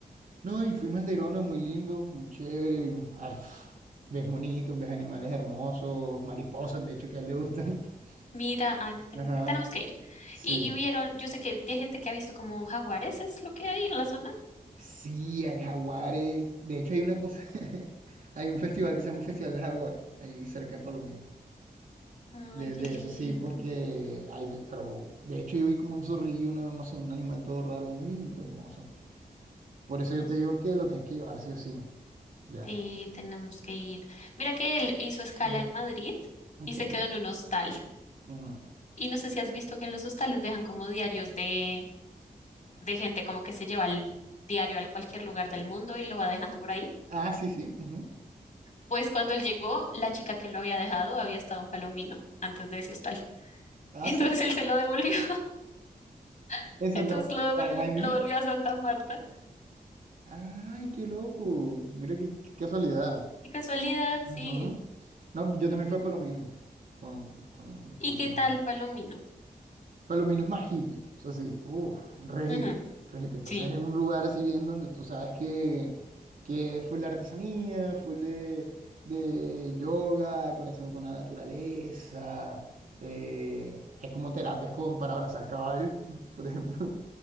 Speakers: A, on the right; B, on the left.
A: No, y fuimos al Tayrona, muy lindo, muy chévere. vimos- ay, pf, ves monitos, ves animales hermosos, mariposas, de hecho, que a él le gustan. <laughs>
B: Mira, ay, tengo,
A: Ajá,
B: tenemos que ir.
A: sí.
B: Y, y vieron, yo sé que ya hay gente que ha visto como jaguares, es lo que hay en la zona.
A: Sí, hay jaguares. De hecho, hay una cosa, <laughs> hay un festival que se llama Festival del Jaguar, ahí cerca de Palomino.
B: Ay,
A: De,
B: qué
A: de
B: lindo.
A: eso sí, porque hay, ve- pero de hecho yo vi como un zorrillo, una- no sé, un animal todo raro, muy lindo, hermoso. Por eso yo te digo que lo tienes que llevar sí o sí. Ya.
B: Sí, tenemos que ir. Mira que él hizo escala
A: Ujú.
B: en Madrid
A: Ok.
B: y se quedó en un hostal.
A: Ujú.
B: Y no sé si has visto que en los hostales dejan como diarios de, de gente como que se lleva el diario al cualquier lugar del mundo y lo va dejando por ahí.
A: Ah, sí, sí. ujú.
B: Pues cuando él llegó, la chica que lo había dejado había estado en Palomino antes de ese hostal. <laughs>
A: Ah,
B: Entonces
A: sí.
B: él se lo devolvió. <laughs>
A: En Santa,
B: Entonces lo devolvió,
A: ahí, ahí mismo.
B: lo volvió a Santa Marta.
A: Ay, qué loco. Mira qué, qué casualidad.
B: Qué casualidad, sí.
A: Ajá. No, yo también fui a Palomino con, con,
B: ¿Y
A: con
B: qué
A: mi
B: tal,
A: novia.
B: Palomino?
A: Palomino es más hippie, eso sí, uff, re hippie,
B: Ujú,
A: re hippie. Entonces
B: sí.
A: es un lugar así bien donde tú sabes que, que full de artesanía, full de, de yoga, conexión con la naturaleza. eh, hay como terapias con, para abrazar caballos, <laughs> por ejemplo.